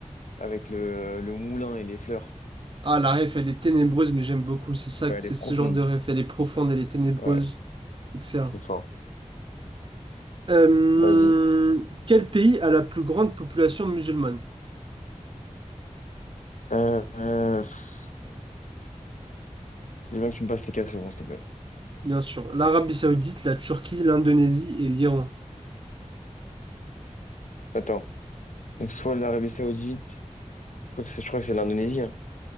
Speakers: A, on the left (about 80°); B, on the right (about 40°).
A: avec le, le moulin et les fleurs.
B: Ah, la ref, elle est ténébreuse, mais j'aime beaucoup. C'est ça,
A: Ouais,
B: que-
A: elle
B: c'est
A: est profonde.
B: ce genre de ref. Elle est profonde, elle est ténébreuse.
A: Ouais,
B: Excellent.
A: c'est fort.
B: Euh,
A: Vas-y.
B: quel pays a la plus grande population musulmane?
A: Euh, euh, pff, j'ai bien que tu me passes les quatre réponses, s'il te plaît.
B: Bien sûr, l'Arabie Saoudite, la Turquie, l'Indonésie et l'Iran.
A: Attends. Donc soit l'Arabie Saoudite, je crois que c'est je crois que c'est l'Indonésie. hein.